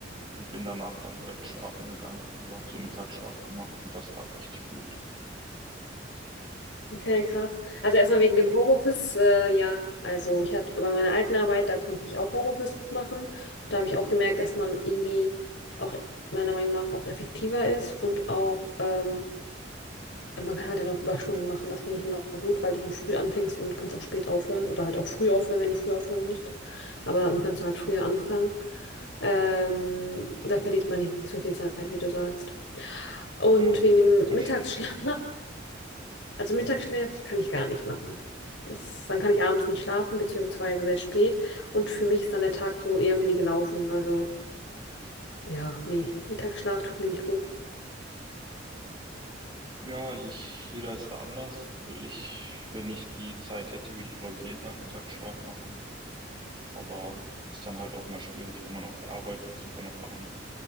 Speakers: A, on the right; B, on the left.
A: und bin danach dann direkt schlafen gegangen. Also habe so Mittagsschlaf gemacht und das tat richtig gut.
B: Okay, krass. Also erstmal wegen dem Homeoffice, äh, ja, also ich hatte bei meiner alten Arbeit, da konnte ich auch Homeoffice machen. Da habe ich auch gemerkt, dass man irgendwie auch meiner Meinung nach auch effektiver ist und auch ähm, man kann halt dann auch Überstunden machen. Das finde ich immer gut, weil du so früh anfängst und kannst auch spät aufhören oder halt auch früh aufhören, wenn du früh aufhören musst. Aber dann kannst du halt früher anfangen. Ähm, da verliert man nicht so viel Zeit, wie du sagst. Und
A: Ja,
B: wegen dem
A: das
B: Mittagsschlaf.
A: stimmt.
B: <laughs> Also Mittagsschlaf kann ich gar nicht machen. Das, dann kann ich abends nicht schlafen, beziehungsweise sehr spät. Und für mich ist dann der Tag so irgendwie gelaufen. Also ja, nee, Mittagsschlaf tut mir nicht gut.
A: Ja, ich, jeder ist da anders. Also ich, wenn ich die Zeit hätte, würde ich, glaube ich, jeden Tag Mittagsschlaf machen. Aber ist dann halt auch immer schwierig, wenn man auf der Arbeit ist und dann noch abends.